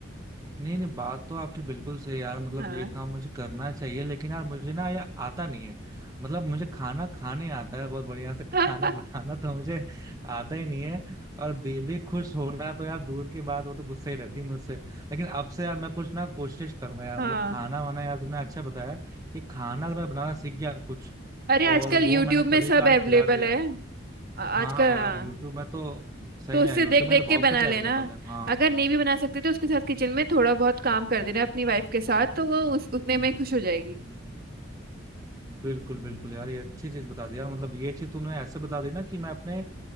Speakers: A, on the right (about 20°); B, on the right (about 50°).
A: नहीं नहीं बात तो आपकी बिल्कुल सही है यार मतलब
B: हाँ
A: ये काम मुझे करना चाहिए लेकिन यार मुझे ना ये आता नहीं है मतलब मुझे खाना खाने आता है बहुत बढ़िया से
B: <laughs>
A: खाना बनाना तो मुझे आता ही नहीं है और बेबी खुश होना तो यार दूर की बात वो तो गुस्सा ही रहती है मुझसे लेकिन अब से यार मैं कुछ ना कोशिश करूंगा यार
B: हाँ
A: मतलब खाना वाना यार तुमने अच्छा बताया कि खाना अगर मैं बनाना सीख गया कुछ
B: अरे
A: और
B: आजकल
A: वो
B: यूट्यूब
A: मैंने कभी
B: में सब
A: काल
B: अवेलेबल
A: खिला दिया
B: है आ- आजकल
A: हाँ यार
B: हाँ
A: यूट्यूब में तो सही
B: तो
A: में
B: उससे
A: यार यूट्यूब
B: देख
A: में
B: देख
A: तो बहुत
B: के बना
A: कुछ अवेलेबल
B: लेना
A: है हाँ
B: अगर नहीं भी बना सकते तो उसके साथ किचन में थोड़ा बहुत काम कर देना अपनी वाइफ के साथ तो वो उस उतने में
A: हम्म,
B: खुश हो जाएगी
A: बिल्कुल बिल्कुल यार ये अच्छी चीज बता दी यार मतलब ये चीज तूने ऐसे बता दी ना कि मैं अपने